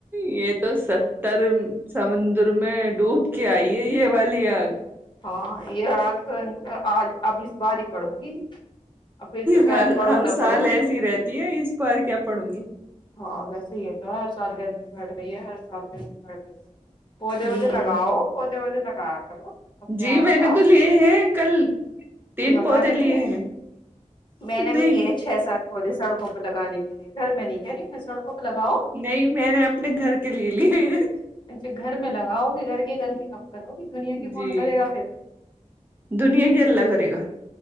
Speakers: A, on the right (about 15°); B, on the left (about 35°).
A: یہ تو ستر سمندر میں ڈوب کے آئی ہے یہ والی آگ
B: ہاں یہ آج آج اب اس بار ہی پڑوں گی اور پھر تو
A: ہر
B: کیا پڑھوں
A: ہر
B: نہ
A: سال
B: پڑھوں
A: ایسی رہتی ہے اس بار کیا پڑھوں گی
B: ہاں ویسے ہی تو ہر سال گرمی پڑ رہی ہے ہر سال گرمی پڑ رہی ہے وہے
A: ہوں
B: وہے لگاؤ وہ لگایا کرو اپنے
A: جی
B: آس
A: میں
B: پاس
A: نے تو لیے ہیں کل تین
B: لگانے
A: پودے
B: کے
A: لیے ہیں
B: میں
A: نہیں
B: نے بھی لیے ہے چھ سات پودے سڑکوں پر لگانے کے لیے گھر میں نہیں کہہ رہی ہوں میں سڑکوں پہ لگاؤ
A: نہیں میں نے اپنے گھر کے لے لیے
B: اچھا گھر میں لگاؤ گے گھر کے گرمی کب کرو کہ دنیا کی کون
A: جی
B: کرے گا پھر
A: دنیا کی اللہ کرے گا